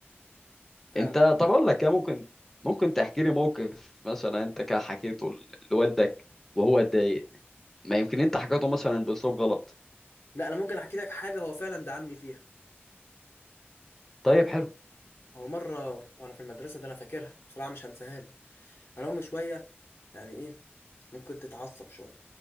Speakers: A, on the left; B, in the centre.
A: فعلا
B: انت طب اقول لك يا ممكن ممكن تحكي لي موقف مثلا انت كده حكيته ل- لوالدك وهو اتضايق ما يمكن انت حكيته مثلا باسلوب غلط
A: لا انا ممكن احكي لك حاجه هو فعلا دعمني فيها
B: طيب حلو
A: هو مره وانا في المدرسه ده انا فاكرها بصراحه مش هنساها له انا امي شويه يعني ايه ممكن تتعصب شويه